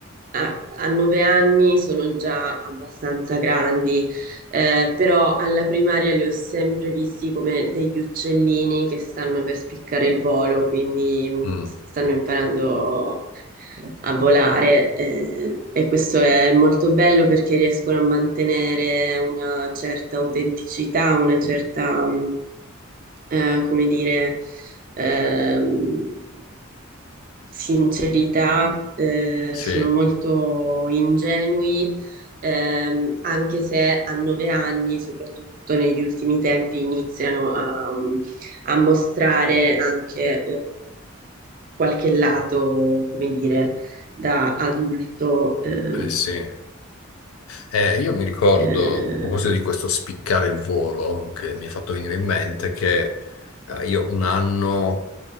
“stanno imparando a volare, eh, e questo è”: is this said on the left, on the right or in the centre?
Right